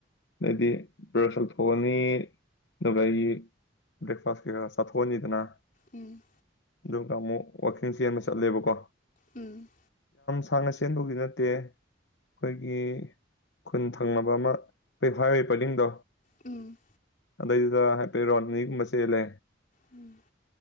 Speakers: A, on the left (about 65°); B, on the left (about 45°).
A: ꯑꯗꯩꯗꯤ ꯕꯔꯖ ꯇꯧꯊꯣꯛꯑꯅꯤ ꯑꯗꯨꯒ ꯑꯩꯒꯤ ꯕ꯭ꯔꯦꯛꯐꯥꯁ ꯀꯩꯀꯥ ꯆꯥꯊꯣꯛ ꯑꯅꯤꯗꯅ
B: ꯎꯝ
A: ꯑꯗꯨꯒ ꯑꯃꯨꯛ ꯋꯥꯜꯀꯤꯡ ꯆꯦꯟꯕ ꯆꯠꯂꯦꯕꯀꯣ
B: ꯎꯝ
A: ꯁꯥꯥꯡꯅ ꯆꯦꯟꯕꯕꯨꯒꯤ ꯅꯠꯇꯦ ꯑꯩꯈꯣꯏꯒꯤ ꯈꯨꯟ ꯊꯪꯅꯕ ꯑꯃ ꯑꯩꯈꯣꯏ ꯍꯥꯏꯋꯦ ꯄꯔꯤꯡꯗꯣ
B: ꯎꯝ
A: ꯑꯗꯩꯗꯨꯗ ꯍꯥꯏꯐꯦꯠ ꯔꯥꯎꯟ ꯑꯅꯤꯒꯨꯝꯕ ꯆꯦꯜꯂꯦ
B: ꯎꯝ